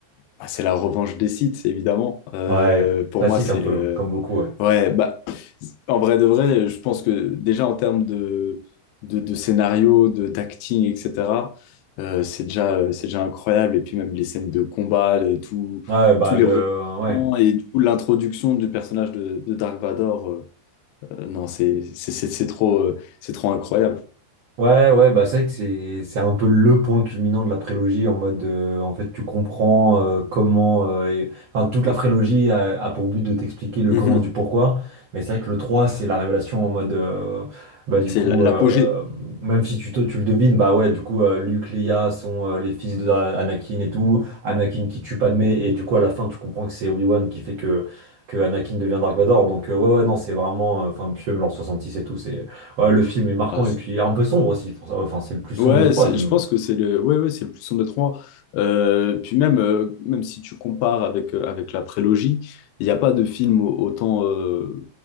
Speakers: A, on the left; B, on the right.
A: ah, c'est la revanche des Sith évidemment. Euh,
B: Ouais,
A: pour
B: classique
A: moi, c'est
B: un peu,
A: le.
B: comme beaucoup, ouais.
A: Ouais, bah, en vrai de vrai, je pense que déjà en termes de, de, de scénario, de, d'acting, etc., euh, c'est déjà, euh, c'est déjà incroyable. Et puis même les scènes de combat, le- tout,
B: Ouais, bah
A: tous
B: le.
A: les rebondissements
B: Ouais.
A: et du coup, l'introduction du personnage de, de Dark Vador, euh, euh, non, c'est c'est- c'est- c'est trop, euh, c'est trop incroyable.
B: Ouais, ouais, bah c'est vrai que c'est c'est un peu le point culminant de la prélogie en mode euh, en fait tu comprends euh, comment euh, et- enfin toute la prélogie a, a pour but de t'expliquer le
A: Mhm.
B: comment du pourquoi mais c'est vrai que le trois c'est la révélation en mode euh, bah du
A: C'est
B: coup
A: l- l'apogée.
B: euh, même si tu, te- tu le devines bah ouais du coup euh, Luke, Leia sont euh, les fils de euh, Anakin et tout Anakin qui tue Padmé et du coup à la fin tu comprends que c'est Obi-Wan qui fait que que Anakin devient Dark Vador donc euh, ouais ouais non c'est vraiment euh, enfin puis même l'an 66 et tout c'est Ouais, le film est marquant
A: Ah,
B: et puis un peu sombre aussi. pour ça. Enfin, c'est le plus sombre
A: Ouais,
B: des trois
A: c'est-
B: je-
A: je pense que c'est le, ouais, ouais, c'est le plus sombre des trois. Euh, puis même, euh, même si tu compares avec, euh, avec la prélogie, il n'y a pas de film au- autant, euh,